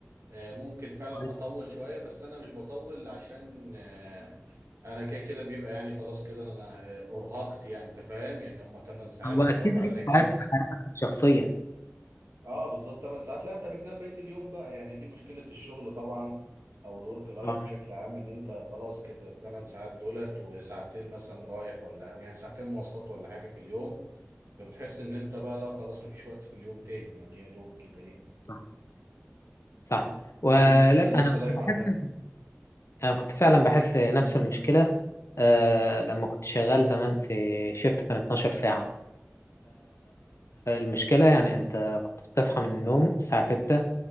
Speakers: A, on the right; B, on the left.
A: آه، ممكن فعلا
B: كويس.
A: اطول شويه بس انا مش بطول عشان آه، انا كده كده بيبقى يعني خلاص كده انا آه، ارهقت يعني انت فاهم يعني هم 8 ساعات
B: هو
A: انت
B: اكيد
A: واقف على
B: عيد
A: رجلك
B: في حياتك حياتك الشخصيه
A: اه بالظبط 8 ساعات لا انت بتنام بقيه اليوم بقى يعني دي مشكله الشغل طبعا او الورك لايف
B: اه
A: بشكل عام ان انت خلاص كده 8 ساعات دولت وساعتين مثلا رايح ولا يعني ساعتين مواصلات ولا حاجه في اليوم فبتحس ان انت بقى لا خلاص مفيش وقت في اليوم تاني يعني يا دوب كده ايه
B: صح صح ولا
A: ودي مشكله الورك
B: انا كنت
A: لايف
B: بحس
A: عامه
B: إن- انا كنت فعلا بحس نفس المشكله آه لما كنت شغال زمان في شيفت كان 12 ساعه فالمشكله يعني انت كنت بتصحى من النوم الساعه 6